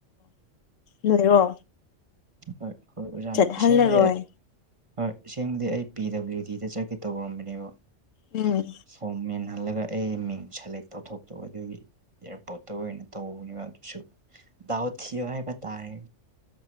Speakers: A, on the left (about 85°); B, on the right (about 30°).
A: ꯅꯣꯏꯔꯣ
B: ꯍꯣꯏ ꯑꯣꯕꯖꯥꯟ
A: ꯆꯠꯍꯜꯂꯔꯣꯏ
B: ꯑꯥꯁꯦꯡꯕꯗꯤ ꯍꯣꯏ ꯁꯦꯡꯕꯗꯤ ꯑꯩ ꯄꯤ ꯗꯕ꯭ꯂꯤꯎ ꯗꯤꯗ ꯆꯠꯀꯦ ꯇꯧꯔꯝꯕꯅꯦꯕ
A: ꯎꯝ
B: ꯐꯣꯝ ꯃꯦꯟꯍꯜꯂꯒ ꯑꯩ ꯃꯤꯡ ꯁꯦꯂꯦꯛ ꯇꯧꯊꯣꯛꯇꯣ ꯑꯗꯨꯒꯤ ꯑꯦꯌꯥꯔꯄꯣꯠꯇ ꯑꯣꯏꯅ ꯇꯧꯕꯅꯤꯕ ꯑꯗꯨꯁꯨ ꯗꯥꯎ ꯊꯤꯌ ꯍꯥꯏꯕ ꯇꯥꯔꯦ